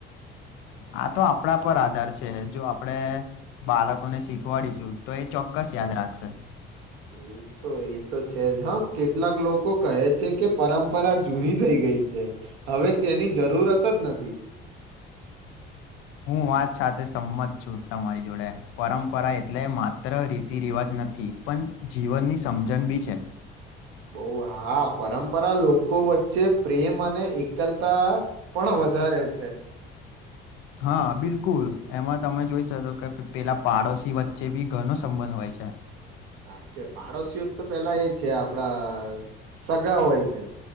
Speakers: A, on the left (about 80°); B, on the right (about 85°).
A: આ તો આપણા પર આધાર છે જો આપણે બાળકોને શીખવાડીશું તો એ ચોક્કસ યાદ રાખશે
B: એ તો એ તો છે જ હ કેટલાક લોકો કહે છે કે પરંપરા જૂની થઈ ગઈ છે હવે તેની જરૂરત જ નથી
A: હું વાત સાથે સંમત છું તમારી જોડે પરંપરા એટલે માત્ર રીતિ રિવાજ નથી પણ જીવનની સમજન બી છે
B: બો હા પરંપરા લોકો વચ્ચે પ્રેમ અને એકલતા પણ વધારે છે
A: હા બિલકુલ એમાં તમે જોઈ શકો કે પેલા પાડોશી વચ્ચે ભી ઘનો સંબંધ હોય છે
B: સાચે પાડોશી <unintelligible> તો પેલા એ છે આપડા સ ગા હોય છે